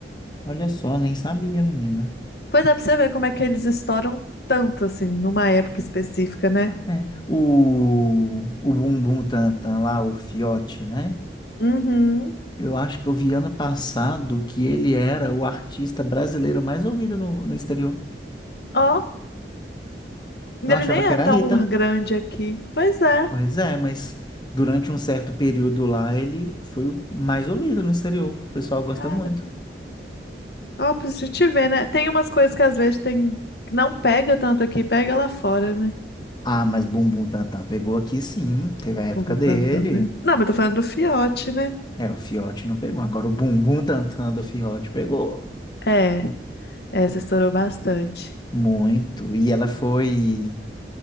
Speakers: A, on the left; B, on the left.
A: Olha só, nem sabia, menina.
B: Pois é, pra você ver como é que eles estouram tanto, assim, numa época específica, né?
A: Ah, é. O, o Bumbum Tantan lá, o Fiote, né?
B: Uhum.
A: Eu acho que eu vi ano passado que ele era o artista brasileiro mais ouvido no, no exterior.
B: Ó. Ele
A: Eu achava
B: nem
A: que
B: é
A: era
B: tão
A: a Anitta.
B: grande aqui. Pois é.
A: Pois é, mas durante um certo período lá ele foi o mais ouvido no exterior. O pessoal gosta
B: Caramba.
A: muito.
B: Ó, pra gente ver, né? Tem umas coisas que às vezes tem que não pega tanto aqui, pega lá fora, né?
A: Ah, mas Bumbum Tantan pegou aqui sim, teve
B: Bu-
A: a época
B: bu- bu-
A: dele.
B: bu- bu- bu- Não, mas tô falando do fiote, né?
A: É, o Fiote não pegou. Agora o Bumbum Tantan do Fiote pegou.
B: É, essa estourou bastante.
A: Muito. E ela foi.